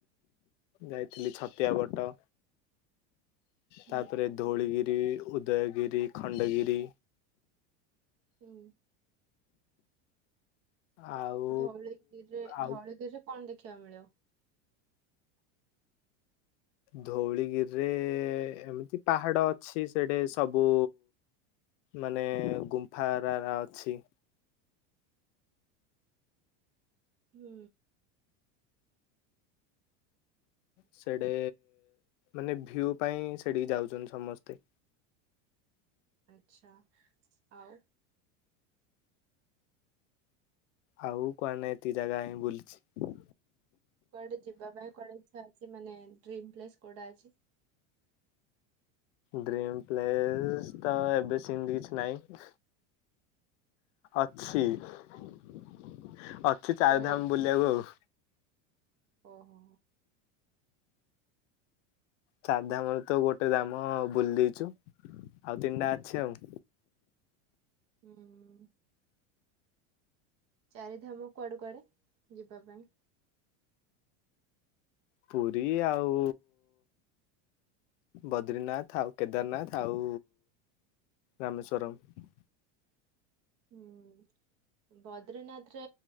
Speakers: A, on the left; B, on the right.
A: ଯାଇଥିଲି ଛତିଆ ବଟ ତାପରେ
B: ହୁଁ ହୁଁ
A: ଧୋଉଳିଗିରି, ଉଦୟଗିରି, ଖଣ୍ଡଗିରି
B: ହୁଁ।
A: ଆଉ
B: ଧଉଳିଗିରିରେ,
A: ଆଉ
B: ଧଉଳିଗିରିରେ କଣ ଦେଖିବା କୁ ମିଳେ? <inaudible>
A: ଧଉଳିଗିରିରେ ଏମିତି ପାହାଡ ଅଛି ସେଠେ ସବୁ ମାନେ ଗୁମ୍ଫା ହେରାକ ଅଛି।
B: <inaudible> ହୁଁ।
A: ସେଟେ ମାନେ ଭିୟୁ ପାଇଁ, ସେଠିକି ଯାଉଛନ୍ତି ସମସ୍ତେ।
B: ଆଚ୍ଛା ଆଉ
A: ଆଉ କୁଆଡ଼େ ନାଇଁ ଏତିକି ଜାଗା ହିଁ ବୁଲିଛି।
B: କୁଆଡେ ଯିବା ପାଇଁ କୁଆଡ଼େ ଇଚ୍ଛା ଅଛି ମାନେ ଡ୍ରିମ ପ୍ଲେସ୍ କୋଉଟା ଅଛି?
A: ଡ୍ରିମ ପ୍ଲେସ ତ ଏବେ ସେମିତି କିଛି ନାହିଁ। ଅଛି ଅଛି। ଅଛି ଚାରିଧାମ
B: କୁଆଡେ
A: ବୁଲିବାକୁ ଆଉ।
B: ଓହୋ
A: ଚାରି ଧାମ ର ତ ଗୋଟେ ଧାମ ବୁଲି ଦେଇେଇଛୁ ଆଉ ତିନିଟା ଅଛି ଆଉ।
B: ହୁଁ। ଚାରିଧାମ କୁଆଡେ କୁଆଡେ ଯିବା ପାଇଁ
A: ପୁରୀ ଆଉ ବଦ୍ରିନାଥ ଆଉ କେଦାରନାଥ ଆଉ ରମେଶ୍ୱରମ।
B: ହୁଁ। ବଦ୍ରୀନାଥ ରେ